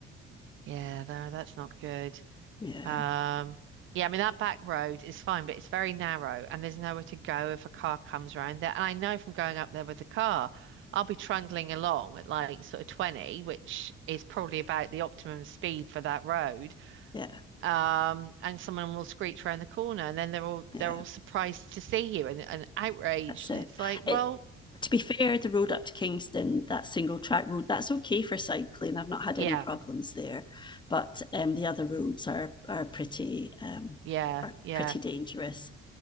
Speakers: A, on the right; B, on the left.
A: Yeah, no, that's not good.
B: Yeah,
A: Um, yeah, I mean that back road is fine, but it's very narrow and there's nowhere to go if a car comes around there. And I know from going up there with the car, I'll be trundling along at like sort of 20, which is probably about the optimum speed for that road.
B: yeah,
A: Um, and someone will screech around the corner and then they're all
B: yeah.
A: they're all surprised to see you and, and outraged.
B: That's it.
A: And it's like, well,
B: It to be fair, the road up to Kingston, that single track road, that's okay for cycling. I've not had
A: yeah,
B: any problems there, but um, the other roads are are pretty um,
A: yeah,
B: are
A: yeah,
B: pretty dangerous.